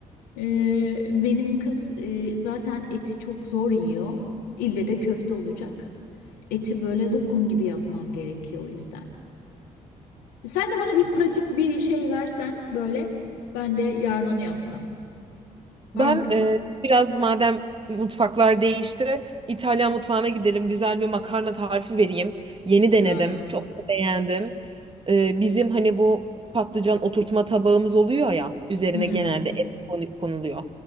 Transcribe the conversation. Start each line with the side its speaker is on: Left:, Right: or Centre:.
Left: e, benim kız e, zaten eti çok zor yiyor. İlle de köfte olacak. Eti böyle lokum gibi yapmam gerekiyor o yüzden. Sen de bana bir pratik bir şey versen böyle ben de yarın onu yapsam. Var
Right: Ben
Left: mı kafanda?
Right: e, biraz madem mutfaklar değişti, İtalyan mutfağına gidelim. Güzel bir makarna tarifi vereyim. Yeni denedim.
Left: Aa,
Right: Çok da beğendim. E, bizim hani bu patlıcan oturtma tabağımız oluyor ya, üzerine
Left: hmm,
Right: genelde et konu- konuluyor.